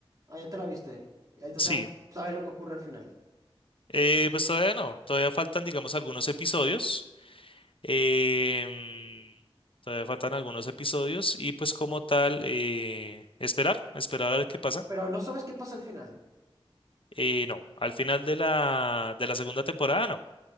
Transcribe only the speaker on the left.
Sí.
Eh, pues todavía no, todavía faltan, digamos, algunos episodios. em, todavía faltan algunos episodios y pues como tal, eh, esperar, esperar a ver qué pasa.
Eh, no, al final de la, de la segunda temporada, no.